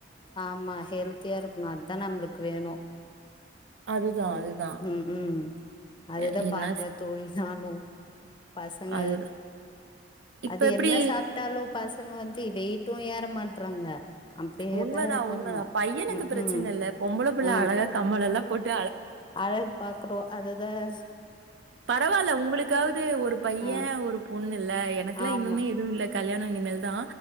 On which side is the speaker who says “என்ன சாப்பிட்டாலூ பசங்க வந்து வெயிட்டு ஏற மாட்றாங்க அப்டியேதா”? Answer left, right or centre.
Left